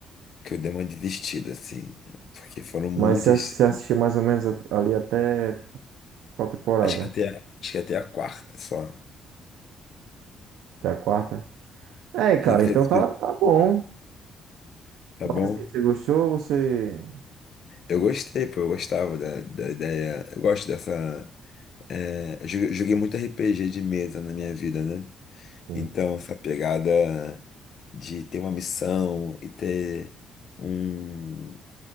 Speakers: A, on the left; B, on the right.
A: que eu dei uma desistida, assim, porque foram muitas.
B: Mas você ass- você assistiu mais ou menos at- ali até tipo qual temporada?
A: Acho que até, acho que até a quarta só.
B: Até a quarta? É, cara,
A: Que- que-
B: então tá,
A: que-
B: tá bom.
A: Tá
B: Mas
A: bom?
B: assim, você gostou, você
A: Eu gostei, pô, eu gostava da, da ideia. Eu gosto dessa. é, eu joguei joguei muito RPG de mesa na minha vida, né?
B: Sim,
A: Então, essa pegada de ter uma missão e ter um,